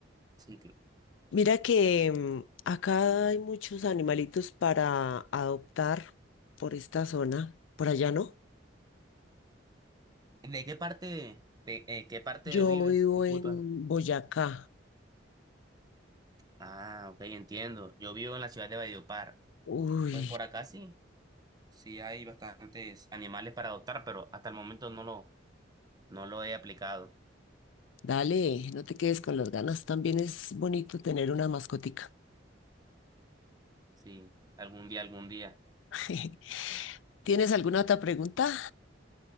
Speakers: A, on the right (about 20°); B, on the left (about 80°).
A: Sí, que-
B: Mira que mm, acá hay muchos animalitos para adoptar por esta zona, por allá no.
A: ¿De qué parte, de, eh, qué parte
B: Yo
A: vives?
B: vivo
A: Disculpa.
B: en Boyacá.
A: Ah, ok, entiendo. Yo vivo en la ciudad de Valledupar.
B: Uy,
A: Pues por acá sí, sí hay bastantes animales para adoptar, pero hasta el momento no lo, no lo he aplicado.
B: dale, no te quedes con las ganas. También es bonito tener una mascotica.
A: Sí, algún día, algún día.
B: <laughs> ¿Tienes alguna otra pregunta?